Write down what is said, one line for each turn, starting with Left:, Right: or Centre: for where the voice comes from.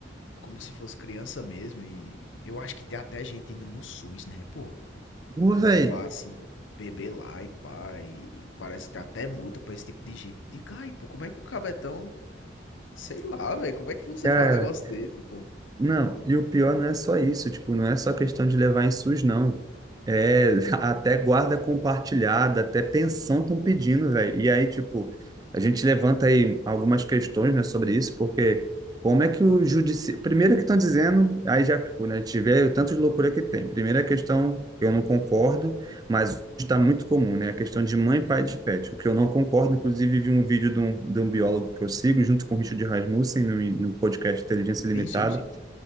Left: como se fosse criança mesmo. E eu acho que tem até gente indo no SUS, né, pô?
Right: Ô, velho,
Left: Levar assim o bebê lá e pá. E parece que tem até multa pra esse tipo de gente. Diga aí, pô, como é que o cabetão Sei lá, velho, como é que você
Right: cara.
Left: fala um negócio desse, pô?
Right: Não, e o pior não é só isso, tipo, não é só questão de levar em SUS, não. É <laughs> até guarda compartilhada, até pensão estão pedindo, velho. E aí, tipo, a gente levanta aí algumas questões, né, sobre isso, porque como é que o judiciário. Primeiro que estão dizendo, aí já, tipo, né, a gente vê o tanto de loucura que tem. Primeira questão, eu não concordo, mas está muito comum, né? A questão de mãe, pai de pet, o que eu não concordo. Inclusive, vi um vídeo de um, de um biólogo que eu sigo, junto com o Richard Rasmussen, no, no podcast Inteligência Limitada
Left: Sim, sim, sim.